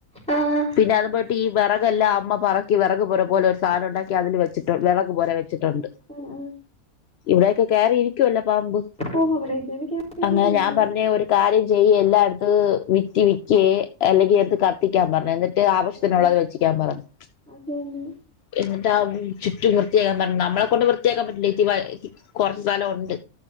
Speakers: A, in the centre; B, on the left.
A: ആ ആ
B: പിന്നെ അതുപോയിട്ട് ഈ വിറകെല്ലാം അമ്മ പറക്കി വിറക് പുര പോലൊരു സാധനംണ്ടാക്കി അതില് വെച്ചിട്ടു വിറ വിറക് പോലെ വെച്ചിട്ടുണ്ട്
A: ആ ആ
B: ഇവിടെക്കെ കേയറിയിരിക്കുവല്ലോ പാമ്പ്
A: ഓ അവിടേക്കാണ് കേറ്റിയിരിക്കുന്നത്
B: അങ്ങനെ ഞാൻ പറഞ്ഞേ ഒരു കാര്യം ചെയ്യ് എല്ലായിടത്ത് വിറ്റ് വിക്ക് അല്ലെങ്കി എടുത്ത് കത്തിക്കാൻ പറഞ്ഞ് എന്നിട്ട് ആവഷ്യത്തിനുള്ളത്
A: ആ ആ
B: വെച്ചിക്കാൻ പറഞ്ഞു
A: അത് തന്നെ
B: എന്നിട്ട് ചുറ്റും വൃത്തിയാക്കാൻ പറഞ്ഞ നമ്മളെ കൊണ്ട് വൃത്തിയാക്കാൻ പറ്റില്ലേ കുറച്ച് സ്തലോണ്ട്